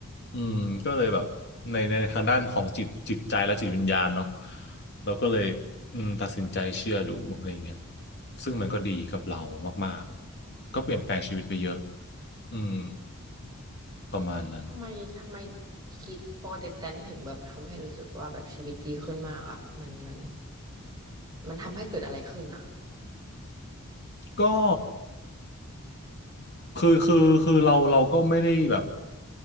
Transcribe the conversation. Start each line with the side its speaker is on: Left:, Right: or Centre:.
Left: อืมก็เลยแบบในในทางด้านของจิตจิตใจและจิตวิญญาณเนาะเราก็เลยอืมตัดสินใจเชื่อดูอะไรเงี้ยซึ่งมันก็ดีกับเรามากๆก็เปลี่ยนแปลงชีวิตไปเยอะอืมประมาณนั้น
Right: ทำไมทำไมคิดโปรเตแตนถึงแบบทำให้รู้สึกว่าแบบชีวิตดีขึ้นมากอ่ะมันมันมันทำให้เกิดอะไรขึ้นอ่ะ
Left: ก็คือคือคือเราเราก็ไม่ได้แบบ